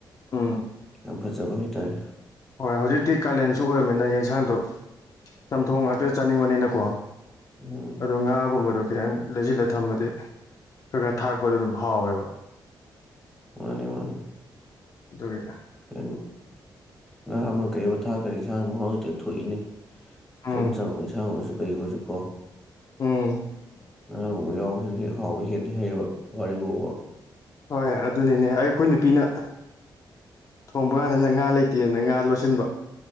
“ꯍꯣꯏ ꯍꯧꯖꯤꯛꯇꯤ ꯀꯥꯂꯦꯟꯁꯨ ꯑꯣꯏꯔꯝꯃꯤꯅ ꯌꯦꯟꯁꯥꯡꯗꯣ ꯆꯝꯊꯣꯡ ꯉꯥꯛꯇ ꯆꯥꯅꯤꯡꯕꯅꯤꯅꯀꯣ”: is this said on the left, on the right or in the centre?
Left